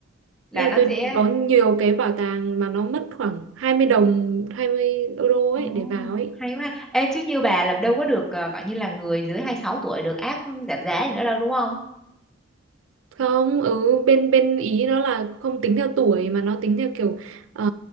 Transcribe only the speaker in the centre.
là
nó
sẽ
Ồ,
hay quá. ha. Ê, chứ như
bà là đâu có được ờ, gọi như là người dưới 26 tuổi được áp giảm giá gì nữa đâu đúng không?